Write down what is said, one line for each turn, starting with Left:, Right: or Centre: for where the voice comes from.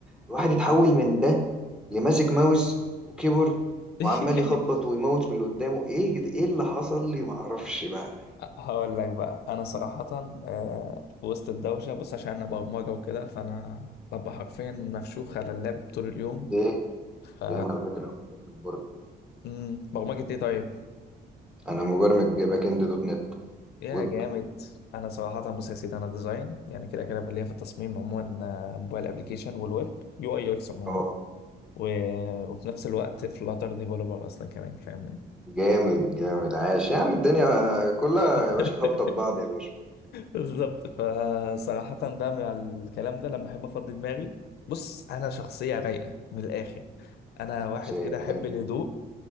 Centre: الواحد
Left: م.
Centre: اتحول من ده لماسك ماوس وكيبورد وعمال
Left: <laughs>
Centre: يخبط ويموت في اللي قدامه ايه كده ايه اللي حصل لي معرفش بقى
Left: هقول لك بقى انا صراحه آه، في وسط الدوشه بص عشان انا برمجه وكده فانا ببقى حرفيا مفشوخ على اللاب طول اليوم
Centre: ايه
Left: ف
Centre: ايه على فكرة انا مبرمج برضه
Left: م، برمجه ايه طيب
Centre: انا مبرمج باك اند دوت نت
Left: يا
Centre: ويب
Left: جامد انا صراحه بص يا سيدي انا ديزاين يعني كده كده بقى ليا في التصميم عموما آه، موبايل ابلكيشن والويب يو اي يو اكس عموما
Centre: اه
Left: و... وفي نفس الوقت فلاتر ديفلوبر اصلا كمان فاهمني
Centre: جامد جامد عاش يعني الدنيا كلها
Left: <laughs>
Centre: يا باشا خابطة في بعض يا باشا
Left: بالظبط فصراحة بقى مع الكلام ده لما احب افضي دماغي بص انا شخصية رايقة من الاخر انا واحد
Centre: بس إيه،
Left: كده احب
Centre: جامد
Left: الهدوء